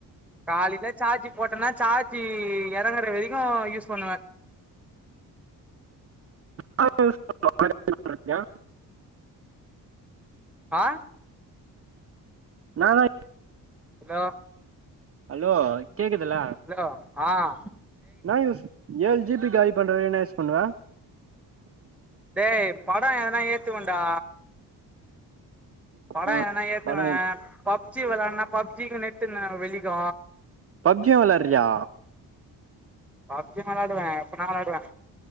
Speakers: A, in the centre; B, on the right (about 30°).
A: காலில சார்ஜி போட்டனா சார்ஜி எறங்குற வரைக்கு யூஸ் பண்ணுவே
B: <inaudible> யூஸ் பண்ணுவ இறங்குற வரிக்கு
A: ஆ
B: என்னதா
A: ஹலோ
B: ஹலோ கேக்குதுல
A: ஹலோ ஆன்
B: என்ன யூஸ் ஏழு ஜி பி காளி பண்ற அளவு என்ன யூஸ் பண்ணுவ
A: டேய் படோ எதுனா ஏத்துவேண்டா படோ
B: ம்
A: எதுனா ஏத்துவே
B: பண
A: பப்ஜி விளயாடுனா பப்ஜிக்கு நெட்டு ந வெளிக்கு
B: பப்ஜி விளயாட்றியா
A: பப்ஜி விளயாடுவே எப்பனா விளாடுவே